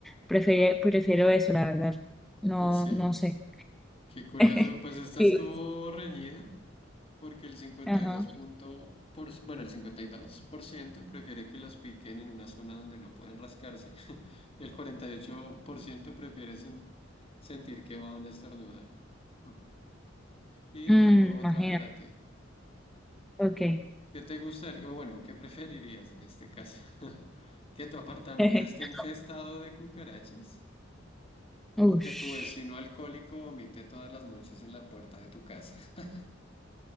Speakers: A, in the centre; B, on the left.
A: prefiero, prefiero eso, la verdad. No,
B: Ah, Sí,
A: no sé.
B: qué curioso.
A: <laughs>
B: Pues esta
A: Sí.
B: estuvo reñida porque el cincuenta
A: Ajá.
B: y dos punto por, bueno, el 52% prefiere que las piquen en una zona donde no pueden rascarse <laughs> y el 48% prefiere sen- sentir que van a estornudar. Mm. Y
A: Mm,
B: tengo otra
A: imagina.
B: para ti.
A: Ok.
B: ¿Qué te gustaría, o bueno, qué preferirías en este caso? <laughs> ¿Que tu apartamento
A: <laughs>
B: esté infestado de cucarachas?
A: Ush,
B: O que tu vecino alcohólico vomite todas las noches en la puerta de tu casa. <laughs>